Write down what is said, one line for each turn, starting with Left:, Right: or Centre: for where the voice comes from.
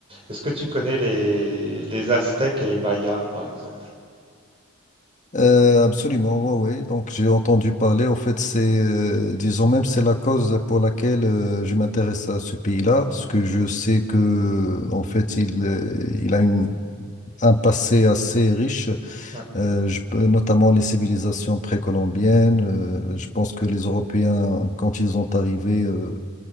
Right: Est-ce que tu connais les, les Aztèques et les Mayas, par exemple?
Left: Euh, absolument, oui, oui. Donc, j'ai entendu parler. En fait, c'est, euh, disons même, c'est la cause pour laquelle euh, je m'intéresse à ce pays-là, parce que je sais que, en fait, il, euh, il a une un passé assez riche,
Right: Ouais,
Left: euh, je peux- notamment les civilisations précolombiennes. euh, je pense que les Européens, quand ils sont arrivés, euh,